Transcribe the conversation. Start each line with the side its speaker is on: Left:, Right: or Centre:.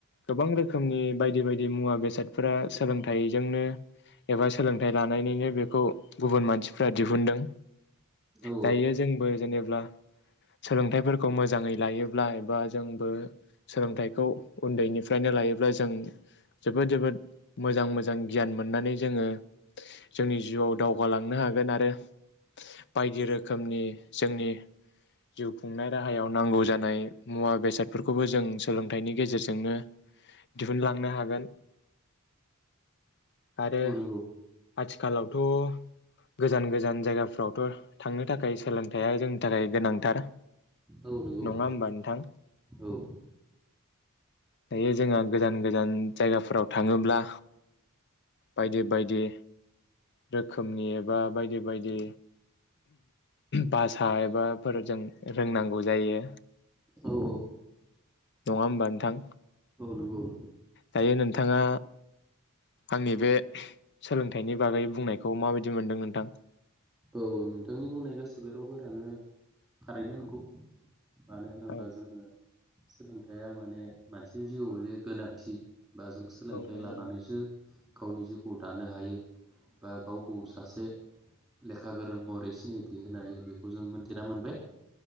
Left: गोबां रोखोमनि बायदि बायदि मुवा बेसादफोरा सोलोंथाइजोंनो एबा सोलोंथाय लानायनिनो बेखौ गुबुन मानसिफ्रा दिहुनदों।
Centre: औ
Left: दायो जोंबो जेनेब्ला सोलोंथाइफोरखौ मोजाङै लायोब्ला एबा जोंबो सोलोंथाइखौ उन्दैनिफ्रायनो लायोब्ला जों जोबोद जोबोद मोजां मोजां गियान मोननानै जोङो जोंनि जिउआव दावगालांनो हागोन आरो बायदि रोखोमनि जोंनि जिउ खुंनाय राहायाव नांगौ जानाय मुवा बेसादफोरखौबो जों सोलोंथाइनि गेजेरजोंनो दिहुनलांनो हागोन आरो
Centre: औ नंगौ।
Left: आथिखालावथ' गोजान गोजान जायगाफ्रावथ' थांनो थाखाय सोलोंथाइया जोंनि थाखाय गोनांथार।
Centre: औ नंगौ
Left: नङा होमबा नोंथां
Centre: औ।
Left: दायो जोंहा गोजान गोजान जायगाफोराव थाङोब्ला बायदि बायदि रोखोमनि एबा बायदि बायदि भासा एबाफोरजों रोंनांगौ जायो
Centre: औ
Left: नङा होमबा नोंथां?
Centre: औ नंगौ नंगौ
Left: दायो नोंथाङा आंनि बे सोलोंथाइनि बागै बुंनायखौ माबायदि मोनदों नोंथां?
Centre: औ नोंथांनि बुंनाय गासिबो रावफोरानो थारैनो नंगौ। मानो होनोब्ला
Left: औ
Centre: जोंङो सोलोंथाइया माने मानसिनि जिउआव जे गोनांथि बा जों सोलोंथाइ
Left: औ नंगौ
Centre: लानानैसो गावनि जिउखौ दानो हायो बा गावखौ सासे लेखा गोरों महरै सिनायथि होनो हायो बेखौ जों मोनथिना मोनबाय